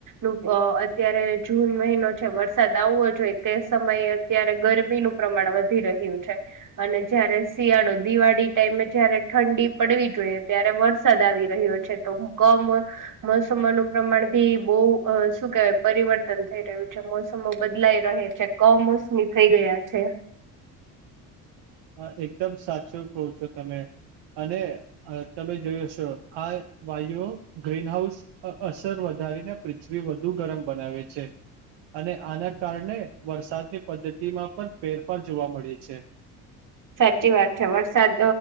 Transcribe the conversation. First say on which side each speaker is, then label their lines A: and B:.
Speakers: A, on the right; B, on the right.
A: નું અત્યારે જૂન મહિનો છે વરસાદ આવો અ જોઈ તેસ સમયે અત્યારે ગરમીનું પ્રમાણ વધી રહ્યું છે અને જયારે શિયાળો દિવાળી ટાઈમ જયારે ઠંડી પડવી જોઈએ ત્યારે વરસાદ આવી રહ્યો છે તો કમ મોસમમાં ન પ્રમાણ ભી બવ શું કેવાય પરિવર્તન થઈ રહ્યું છે મોસમો બદલાઈ રહે છે. કમોસમી થઈ ગયા છે.
B: હા એકદમ સાચું કહો છો તમે અને તમે જોયો શો હાય ભાઈઓ. ગ્રીનહાઉસ અસર વધારીને પૃથ્વી વધુ ગરમ બનાવે છે. અને આના કારણે વરસાદની પદ્ધતિમાં પણ ફેરફાર જોવા મળે છે.
A: સાચી વાત છે. વરસાદ